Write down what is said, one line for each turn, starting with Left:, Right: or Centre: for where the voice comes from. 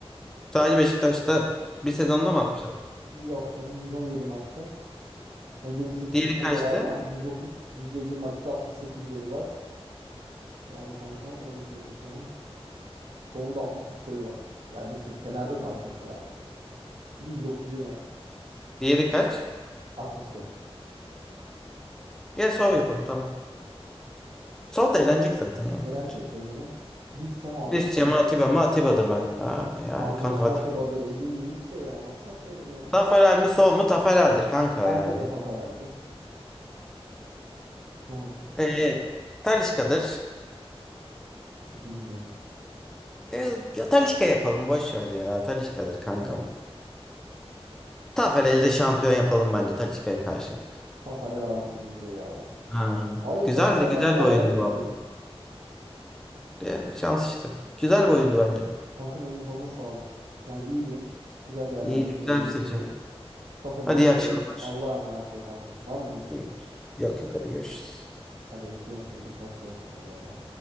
Centre: Sadece Beşiktaş'ta bir
Right: Sek-
Centre: sezonda mı atmış abi?
Right: Yok canım 117 maçta. Ha, 28'de
Centre: Diğeri
Right: burada
Centre: kaçtı?
Right: var ama 130 150 maçta 68 golü var. Yani kanka öyle söyleyeyim sana. Sonunda 63 golü var. Ya düşün Fener'de daha çok gol atmış. Bir de 131 maçta
Centre: Diğeri kaç?
Right: 60 gol.
Centre: Gel sol yapalım tamam. Sol da eğlenecek zaten ya
Right: Elenecek
Centre: bence.
Right: tabii canım. Visca mı Atiba
Centre: Christian
Right: mı?
Centre: mı Atiba mı? Atiba'dır ben. Aa, yani
Right: Kanka
Centre: kanka
Right: nasıl
Centre: Atiba.
Right: Atiba'dır? Edin Visca ya. Nasıl Atiba'dır ya?
Centre: Taferel mi sol mu? Taferel'dir kanka
Right: Bence
Centre: yani.
Right: de Taferel'dir. Ha,
Centre: Ee, Talisca'dır.
Right: bilmiyorum.
Centre: E, ya Talisca yapalım boş ver ya. Talisca'dır kankam.
Right: Tamam.
Centre: Taferel'de şampiyon yapalım bence Talisca'ya karşılık.
Right: Tafarel aldı gibi buraya abi.
Centre: Aynen.
Right: Alex
Centre: Güzeldi
Right: Hacılar Macılar
Centre: güzel bir oyundu
Right: gelmedi
Centre: valla.
Right: ya.
Centre: E, şans işte. Güzel bir oyundu bence.
Right: Kankam eline koluna sağlık. Yani iyiydi. Güzel değerlendirdiğimizi
Centre: İyiydi güzel bir seçimdi.
Right: düşünüyorum. Tafarel'i
Centre: Hadi
Right: de
Centre: iyi
Right: severiz.
Centre: akşamlar.
Right: Allah'a emanet ol kankam. Var mı bir isteğin?
Centre: İyi. Yok yok hadi görüşürüz.
Right: Hadi öpüyorum seni. Dikkatli ol. Hadi bay bay.